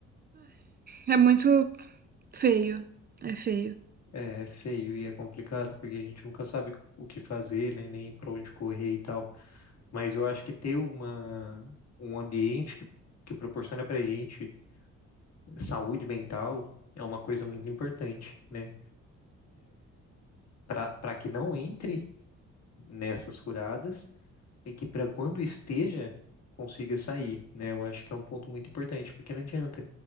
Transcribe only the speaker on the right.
É muito feio. É feio.